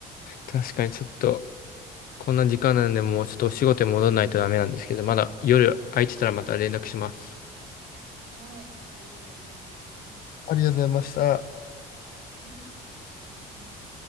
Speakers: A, on the left (about 60°); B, on the right (about 70°).
A: 確かにちょっと、
B: うん。
A: こんな時間なんで、もうちょっとお仕事に戻らないとダメなんですけど、まだ夜空いてたらまた連絡します。
B: あ、はい。ありがとうございます。
A: ありがとうございました。
B: とはい。ありがとうございます。